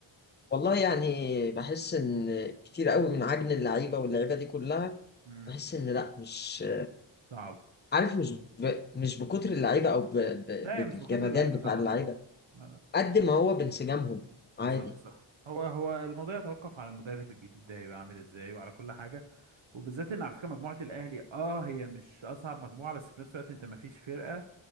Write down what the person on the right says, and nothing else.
<laughs> امم
صعب
لا هي مش
بكتر اللعيبه طبعا
اه
بالظبط
صح هو هو الموضوع يتوقف على المدرب الجديد ده هيبقى عامل ازاي وعلى كل حاجه وبالذات ان على فكره مجموعه الاهلي اه هي مش اصعب مجموعه بس في نفس الوقت انت ما فيش فرقه